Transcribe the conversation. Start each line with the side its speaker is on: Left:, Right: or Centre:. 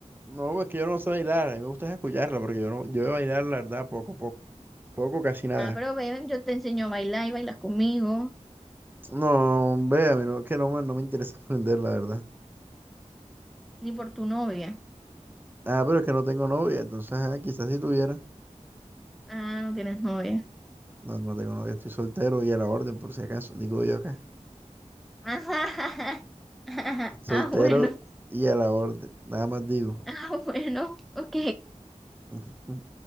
Right: no, es que yo no sé bailar, a mí me gusta es escucharla, porque yo no, yo de bailar, la verdad, poco, poco, poco, casi nada.
Centre: Ah, pero ven, yo te enseño a bailar y bailas conmigo.
Right: No, hombre, a vea, mira, que no, me- no me interesa <laughs> aprender, la verdad.
Centre: Ni por tu novia.
Right: Ah, pero es que no tengo novia, entonces ah, quizás si tuviera.
Centre: Ah, no tienes novia.
Right: No, no tengo novia, estoy soltero y a la orden, por si acaso, digo yo acá.
Centre: <laughs>
Right: Soltero
Centre: Ah, bueno.
Right: y a la orden, nada más digo.
Centre: Ah, bueno. Ok.
Right: <laughs>